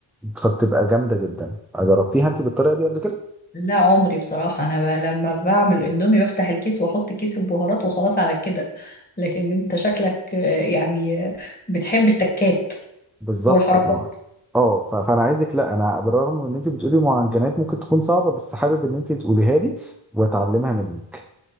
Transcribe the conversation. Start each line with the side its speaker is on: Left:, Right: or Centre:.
Centre: فبتبقى جامدة جدا جربتيها انت بالطريقة دي قبل كده؟
Left: لا عمري بصراحة أنا ب... لما بعمل اندومي بفتح الكيس وأحط كيس البهارات وخلاص على كده لكن أنت شكلك آه، يعني آه، بتحب التكات
Centre: بالظبط
Left: والحركات
Centre: المع- اه ف... فانا عايزك لا انا بالرغم من ان انت بتقولي معجنات ممكن تكون صعبة بس حابب ان انت تقوليها لي واتعلمها منك